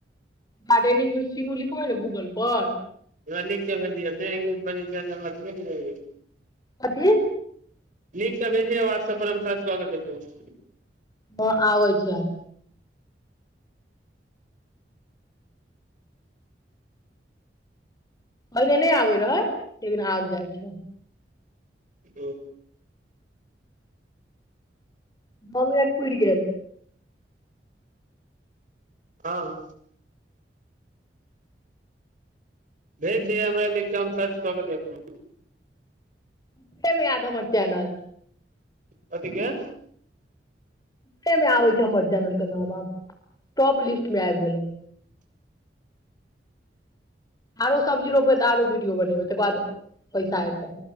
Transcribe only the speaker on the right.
आहाँ लिख के भेजयो त इंग्लिश में लिखल छै हमरा त नहि बुझल अछि।
लिख कऽ भेजिए छै व्हाट्सअप परर हम सर्च कऽ क देखब।
ओ
हँ भेज दिय हमरा लिख क हम सर्च कऽ के देखबै।
कथीके?